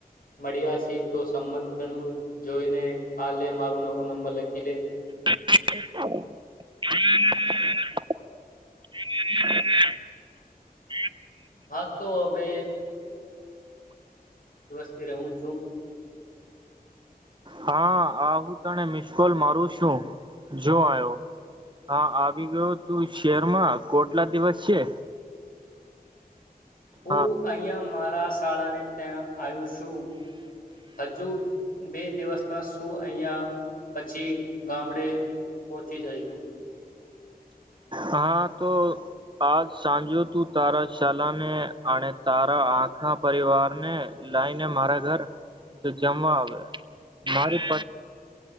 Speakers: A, on the left; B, on the right.
A: મળ્યા શીખ તો સંબણું જોઈને આ લે મારું નવો નંબર લખી લે
B: હ હા <inaudible>
A: હા તો હવે હું
B: હા આવું તને મિશકોલ માર ું શું જો આવ્યો હા આવી ગયો તું શહેરમાં કોટલા દિવસ છે
A: હું
B: હા
A: અહં મારા શાળા ને ત્યાં આવુ હજુ બે દિવસના શું અહં પછી ગામડે પહોંચી જાયશું
B: હા તો આજ સાંજો તું તારા શાલાને અને તારા આખા પરિવારને લઇને મારા ઘર જમવા આવે મારી પત્